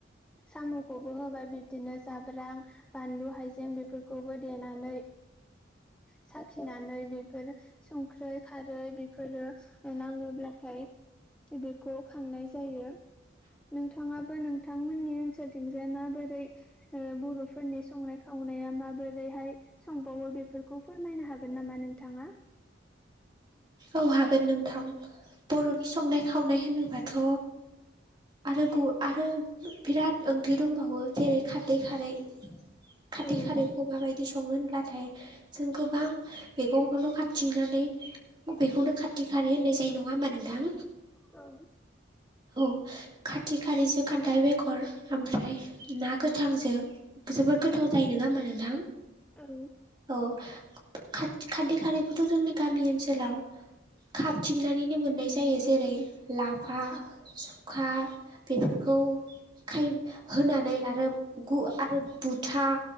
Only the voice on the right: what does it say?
औ हागोन नोंथां बर'नि संनाय खावनाय होनोबाथ' आरो आरो बिराद ओंख्रि दंबावो जेरै खारदै खारै <inaudible> खाारथै
खारैखौ माबायदि सङो होनब्लाथाय जों गोबां मैगंखौनो खाथिंनानै बेखौनो खाारथि खाारै होननाय जायो नङा होमबा नोंथां।
औ खाथि खाारिजों खान्थाल बेगर ओमफ्राय ना गोथांजों जोबोर गोथाव जायो ङा होमबा नोंथां।
औ खाद खारदैखारैखौथ' जोंनि गामि ओनसोलाव खाबथिंनानैनो मोननाय जायो जेरै लाफा सुखा बेफोरखौ खाय होनानै आरो गु आरो बुथा